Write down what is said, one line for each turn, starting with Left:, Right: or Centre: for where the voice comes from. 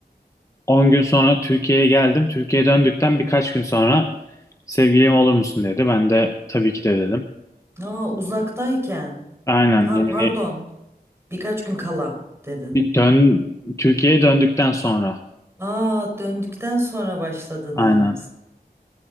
Left: 10 gün sonra Türkiye'ye geldim. Türkiye'ye döndükten birkaç gün sonra sevgilim olur musun dedi. Ben de tabii ki de dedim.
Right: Aa, uzaktayken.
Left: Aynen
Right: Ha
Left: yani
Right: pardon. Birkaç gün kala dedin.
Left: Bir dön Türkiye'ye döndükten sonra.
Right: Aa, döndükten sonra başladınız.
Left: Aynen.